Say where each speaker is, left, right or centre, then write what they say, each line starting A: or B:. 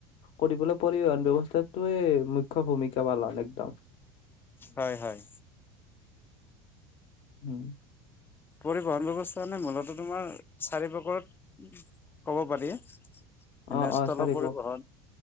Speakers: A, on the left; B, on the left.
A: কৰিবলৈ পৰিবহন ব্যৱস্থাটোৱে মুখ্য্ ভূমিকা পালন একদম
B: হয় হয়
A: উম
B: পৰিবহন ব্যৱস্থা মানে মূলত তোমাৰ চাৰি পাকৰত কব পাৰি এনে
A: অ
B: স্থল
A: অ চাৰিব
B: পৰিবহন